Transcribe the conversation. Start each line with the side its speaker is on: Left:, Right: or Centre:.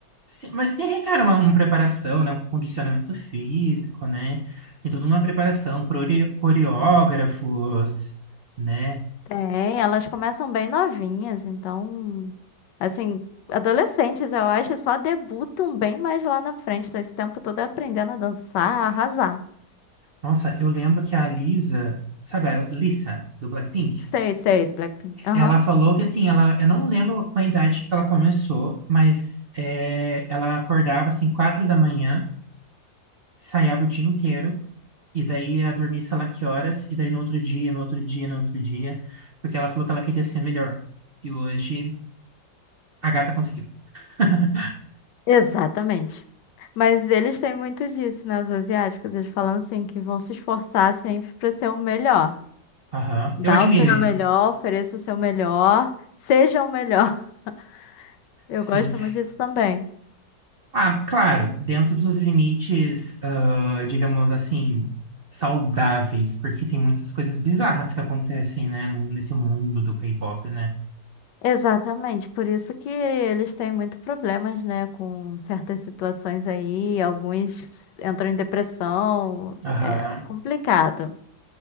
Right: se- mas tem requer uma, uma preparação, né? Um condicionamento físico, né? Tem toda uma preparação, core- coreógrafos, né?
Left: Tem, elas começam bem novinhas, então. Assim, adolescentes, eu acho, só debutam bem mais lá na frente, tá esse tempo todo aprendendo a dançar, a arrasar.
Right: Nossa, eu lembro que a Lisa, sabe a Lisa do Blackpink?
Left: Sei, sei, do Blackpink. Aham.
Right: Ela falou que assim, ela, eu não lembro com a idade que ela começou, mas é, ela acordava assim quatro da manhã, ensaiava o dia inteiro e daí ia dormir sei lá que horas e daí no outro dia, no outro dia, no outro dia, porque ela falou que ela queria ser melhor. E hoje a gata conseguiu. <laughs>
Left: Exatamente. Mas eles têm muito disso, né? Os asiáticos, eles falam assim, que vão se esforçar sempre pra ser o melhor.
Right: Aham,
Left: Dá
Right: Eu admiro
Left: o seu
Right: isso.
Left: melhor, ofereça o seu melhor, seja o melhor. <laughs> Eu
Right: Sim.
Left: gosto muito disso também.
Right: Ah, claro, dentro dos limites, ah, digamos assim, saudáveis, porque tem muitas coisas bizarras que acontecem, né, no- nesse mundo do K-pop, né?
Left: Exatamente, por isso que eles têm muito problemas, né, com certas situações aí, alguns entram em depressão,
Right: Aham.
Left: é complicado,